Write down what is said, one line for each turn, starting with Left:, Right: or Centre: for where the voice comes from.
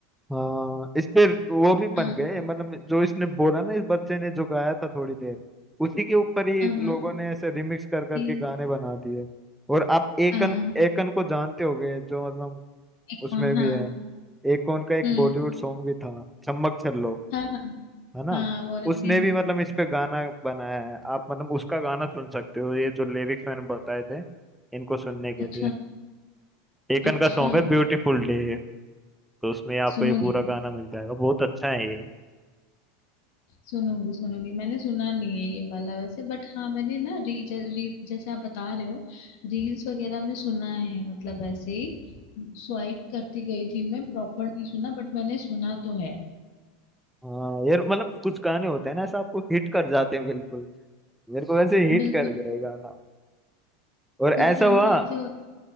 Centre: हाँ इस पे वो भी बन
Left: हाँ
Centre: गए मतलब जो इसने बोला ना इस बच्चे ने जो गाया था थोड़ी देर उसी के ऊपर ही
Left: हाँ
Centre: लोगों
Left: हाँ
Centre: ने ऐसे रिमिक्स कर करके
Left: कि-
Centre: गाने बना दिए और आप एकन
Left: हाँ
Centre: एकन को जानते होगे जो मतलब
Left: एक
Centre: उसमें
Left: कौन
Centre: भी
Left: हाँ
Centre: है एकन का एक
Left: हम्म
Centre: बॉलीवुड सॉन्ग भी था चम्मक छल्लो
Left: हाँ हाँ
Centre: है ना
Left: हाँ वाना
Centre: उसने
Left: बी
Centre: भी मतलब इस पे गाना बनाया है आप मतलब उसका गाना सुन सकते हो ये जो लिरिक्स मैंने बताए थे इनको सुनने के
Left: अच्छा
Centre: लिए एकन
Left: अच्छा
Centre: का सॉन्ग है ब्यूटीफुल डे तो उसमें आपको
Left: सुनूंगी
Centre: ये पूरा गाना मिल जाएगा बहुत अच्छा है ये
Left: सुनूंगी सुनूंगी मैंने सुना नहीं है ये वाला वैसे बट हाँ मैंने ना री, ज, री जैसे आप बता रहे हो रील्स वगैरह में सुना है मतलब ऐसे ही स्वाइप करती गई थी मैं प्रॉपर नहीं सुना बट मैंने सुना तो है
Centre: हाँ यार मतलब कुछ गाने होते हैं ना ऐसा आपको हिट कर जाते हैं बिल्कुल मेरे को वैसे हिट
Left: बिल्कुल
Centre: कर गया ये गाना और ऐसा
Left: कुछ गाने
Centre: हुआ
Left: ऐसे होते